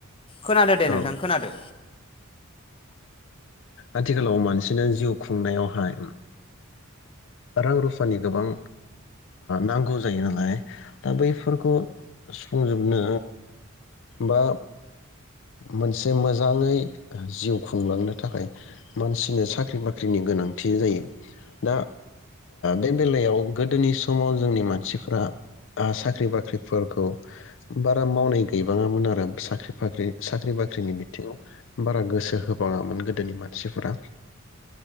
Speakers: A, on the left; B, on the left.
A: खोनादो दे
B: औ
A: नोंथां खोनादो।
B: आथिखालाव मानसिनो जिउ खुंनायावहाय रां रुफानि गोबां नांगौ जायो नालाय दा बैफोरखौ। सुफुंजोबनो बा मोनसे मोजाङै जिउ खुंलांनो थाखाय मानसिनो साख्रि बाख्रिनि गोनांथि जायो दा बे बेलायाव गोदोनि समाव जोंनि मानसिफ्रा साख्रि बाख्रिफोरखौ बारा मावनाय गैबाङामोन आरो साख्रि बाख्रि साख्रि बाख्रिनि बिथिङाव बारा गोसो होबाङामोन गोदोनि मानसिफोरा